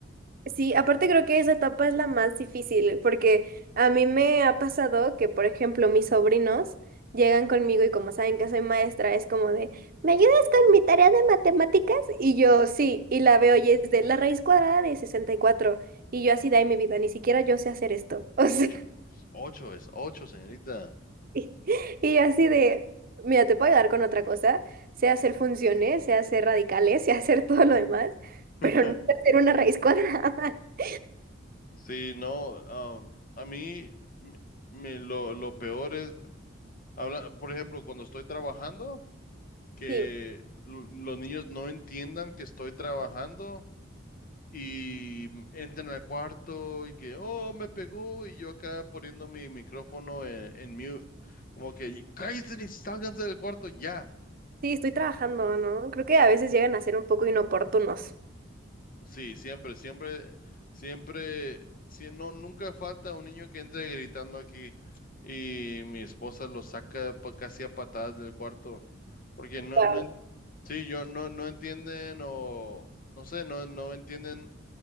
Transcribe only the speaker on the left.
ocho, ocho es ocho, señorita.
<laughs>
Sí, no, um, a mí me, me lo, lo peor es, habla, por ejemplo, cuando estoy trabajando, que
l- los niños no entiendan que estoy trabajando y entran al cuarto y que, oh, me pegó y yo acá poniendo mi micrófono en, en mute, como que, cállate y sálganse del cuarto ya.
Sí, siempre, siempre, siempre, sí, no, nunca falta un niño que entre gritando aquí y mi esposa lo saca pa- casi a patadas del cuarto, porque no,
no, en- sí, yo no, no entienden o, no sé, no, no entienden